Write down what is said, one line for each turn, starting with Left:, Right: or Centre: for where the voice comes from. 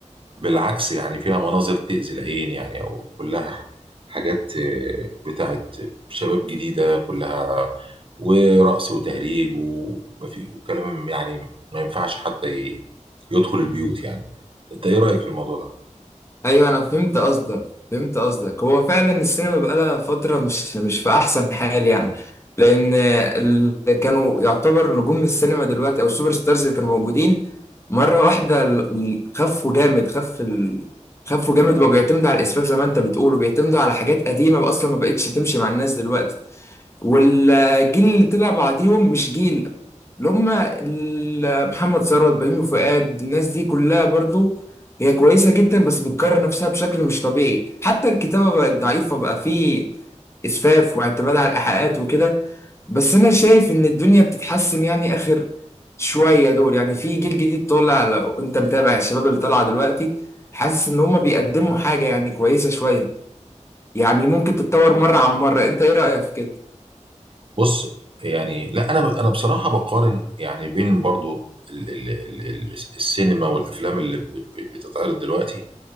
Right: بالعكس يعني فيها مناظر تأذي العين يعني أو كلها حاجات آه، بتاعت شباب جديدة كلها ورقص وتهريج ومفي وكلام يعني ما ينفعش حتى ي- يدخل البيوت يعني أنت إيه رأيك في الموضوع ده؟
Left: ايوه انا فهمت قصدك فهمت قصدك هو فعلا السينما بقالها فتره مش مش في احسن حال يعني لان اللي كانوا يعتبر نجوم السينما دلوقتي او السوبر ستارز اللي كانوا موجودين مره واحده ال- خفوا جامد خف ال... خفوا جامد بقوا بيعتمدوا على الاسفاف زي ما انت بتقول وبيعتمدوا على حاجات قديمه بقى اصلا ما بقتش تمشي مع الناس دلوقتي والجيل اللي طلع بعديهم مش جيل اللي هم ال- محمد ثروت بيومي وفؤاد الناس دي كلها برضو هي كويسة جدا بس بتكرر نفسها بشكل مش طبيعي حتى الكتابة بقت ضعيفة بقى فيه إسفاف واعتماد على الإيحاءات وكده بس أنا شايف إن الدنيا بتتحسن يعني آخر شوية دول يعني في جيل جديد طالع لو أنت متابع الشباب اللي طالعة دلوقتي حاسس إن هم بيقدموا حاجة يعني كويسة شوية يعني ممكن تتطور مرة عن مرة أنت إيه رأيك في كده؟
Right: بص يعني لا أنا ب- أنا بصراحة بقارن يعني بين برضو ال ال ال ال السينما والأفلام اللي ب- ب- بتتعرض دلوقتي